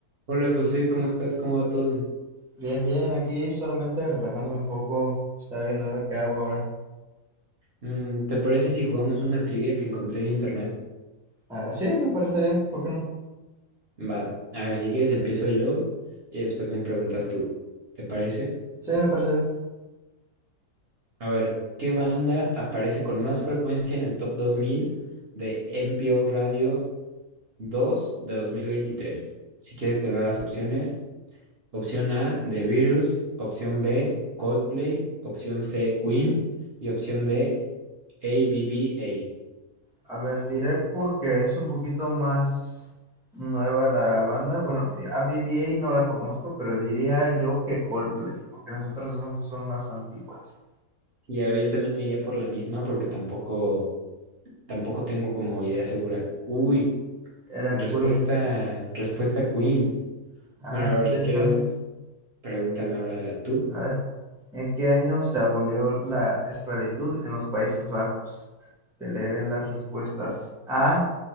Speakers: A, on the right; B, in the centre.
A: Hola José, ¿cómo estás? ¿Cómo va todo?
B: Bien, bien, aquí solamente relajándome un poco, estaba viendo a ver qué hago ahora.
A: Mm, ¿te parece si jugamos una trivia que encontré en internet?
B: Ah, sí, me parece bien, ¿por qué no?
A: Va, a ver, si quieres empiezo yo y después me preguntas tú. ¿Te parece?
B: Sí, me parece bien.
A: A ver, ¿qué banda aparece con más frecuencia en el top 2000 de NPO Radio dos de 2023? Si quieres te doy las opciones. Opción A, The Virus. Opción B, Coldplay. Opción C, Queen. Y opción D, ABBA.
B: A ver, diré porque es un poquito más nueva la banda. Bueno, y a BBA no la conozco, pero diría yo que Coldplay, porque las otras son, son más antiguas.
A: Sí, a ver, yo también me iría por la misma porque tampoco, tampoco tengo como idea segura. Uy,
B: Era
A: respuesta,
B: Queen.
A: respuesta Queen.
B: Ah,
A: Bueno,
B: qué
A: a ver,
B: interesante.
A: si quieres, pregúntame ahora tú.
B: A ver, ¿en qué año se abolió la esclavitud en los Países Bajos? Te leeré las respuestas. A,